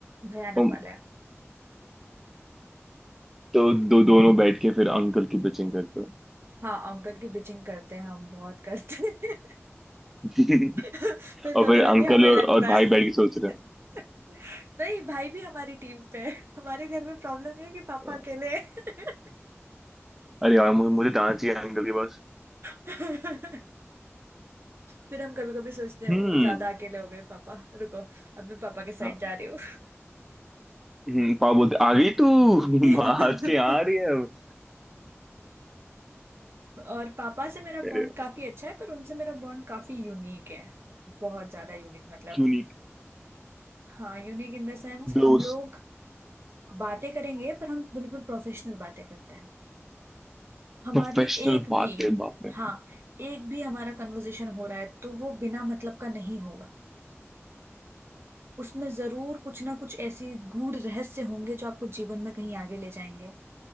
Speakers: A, on the right (about 55°); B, in the centre.
A: भयानक
B: तुम
A: वाला है
B: तो दो दोनों बैठ के फिर अंकल की पिचिंग करते हो
A: हाँ अंकल की बिचिंग करते हैं हम बहुत करते हैं
B: <laughs>
A: <laughs> फिर
B: और
A: कभी
B: फिर
A: कभी
B: अंकल
A: हमें
B: और,
A: लगता
B: और भाई
A: है
B: बैठ के सोच रहे
A: <laughs> नहीं भाई भी हमारी टीम पे है हमारे घर में प्रॉब्लम है कि पापा
B: हैं
A: अकेले हैं।
B: अरे यार मुझे मुझे जाना चाहिए अंकल के पास
A: <laughs> फिर हम कभी कभी सोचते हैं
B: हम्म
A: ओ ज्यादा अकेले हो गए पापा रुको अब मैं पापा के साइड
B: हाँ,
A: जा रही हूँ
B: हम्म पापा बोलते आ गई तू <laughs>
A: <laughs>
B: हंस के आ रही है अब।
A: और पापा से मेरा
B: अरे
A: बॉन्ड काफी अच्छा है पर उनसे मेरा बॉन्ड काफी यूनिक है बहुत ज्यादा यूनिक मतलब
B: यूनिक
A: हाँ यूनिक इन द सेंस
B: दोस्त
A: हम लोग बातें करेंगे पर हम बिल्कुल प्रोफेशनल बातें करते हैं हमारी
B: प्रोफेशनल
A: एक
B: बात
A: भी
B: है बाप रे
A: हाँ एक भी हमारा कन्वर्सेशन हो रहा है तो वो बिना मतलब का नहीं होगा उसमें जरूर कुछ ना कुछ ऐसी गूढ़ रहस्य होंगे जो आपको जीवन में कहीं आगे ले जाएंगे